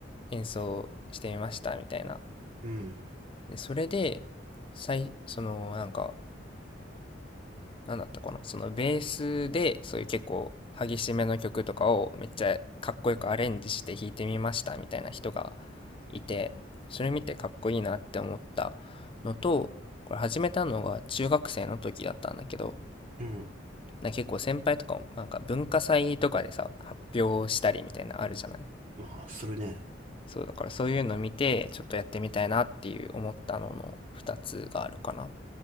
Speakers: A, on the left; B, on the right.
A: 演奏してみましたみたいな。
B: うん、
A: で、それで、さい、そのなんかなんだったかな、そのベースで、そういう結構激しめの曲とかをめっちゃかっこよくアレンジして弾いてみましたみたいな人がいて、それ見てかっこいいなって思ったのと、これ始めたのが中学生の時だったんだけど、
B: うん。
A: なんか結構先輩とかもなんか文化祭とかでさ、発表したりみたいなあるじゃない
B: ああ、するね。
A: そう、だからそういうの見て、ちょっとやってみたいなっていう思ったのの2つがあるかな。